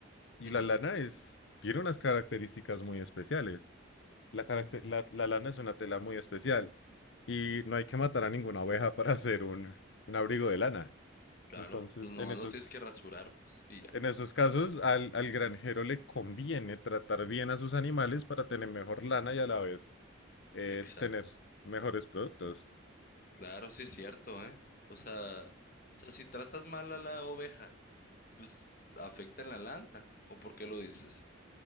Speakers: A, on the left; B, on the left.
A: y
B: Ujú,
A: la lana es, tiene unas características muy especiales. La, caracte- la, la lana es una tela muy especial y no hay que matar a ninguna oveja para hacer un, un abrigo de lana.
B: Claro,
A: Entonces,
B: nomás
A: en esos,
B: lo tienes que rasurar, pues, y ya.
A: en esos casos, al, al granjero le conviene tratar bien a sus animales para tener mejor lana y a la vez eh,
B: Exacto.
A: tener mejores productos.
B: Claro, sí es cierto, ¿eh? O sea, o sea, si tratas mal a la oveja, pues afecta en la lana. ¿O por qué lo dices?